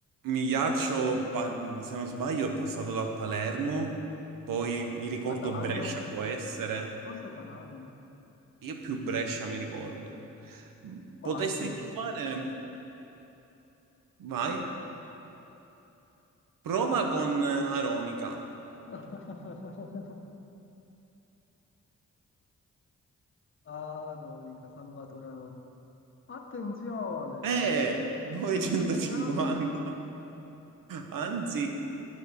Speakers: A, on the right; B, on the left.
A: Migliaccio, pa- se non sbaglio, è passato dal Palermo. Poi mi ricordo
B: Atalanta?
A: Brescia, può essere.
B: Forse Atalanta.
A: Io più Brescia mi ricordo.
B: Baggio.
A: Potresti provare? Vai. Prova con eh, Aronica.
B: <laughs> Ah, Ronica, Salvatore Anoni. Attenzione!
A: Eh, 950.
B: E se fosse del Napoli?
A: Anzi,